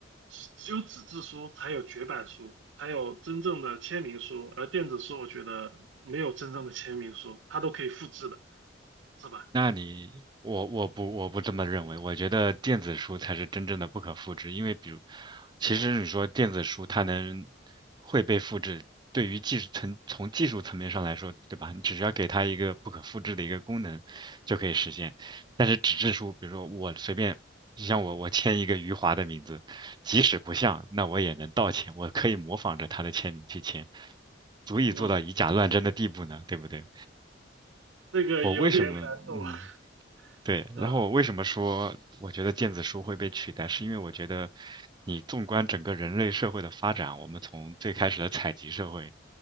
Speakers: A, on the right (about 80°); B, on the right (about 25°).
A: 只有纸质书才有绝版书，才有真正的签名书，而电子书我觉得没有真正的签名书，它都可以复制的，是吧？
B: 那你，我我不我不这么认为，我觉得电子书才是真正的不可复制，因为比如，其实你说电子书它能会被复制，对于技术层从技术层面上来说，对吧？你只需要给它一个不可复制的一个功能就可以实现。但是纸质书，比如说我随便，你像我我签一个余华的名字，即使不像，那我也能盗签，我可以模仿着他的签名去签，足以做到以假乱真的地步呢，
A: 嗯，
B: 对不对？
A: 这个有点难度。
B: 我为什么嗯对，
A: <laughs> 嗯
B: 然后我为什么说我觉得电子书会被取代，是因为我觉得你纵观整个人类社会的发展，我们从最开始的采集社会，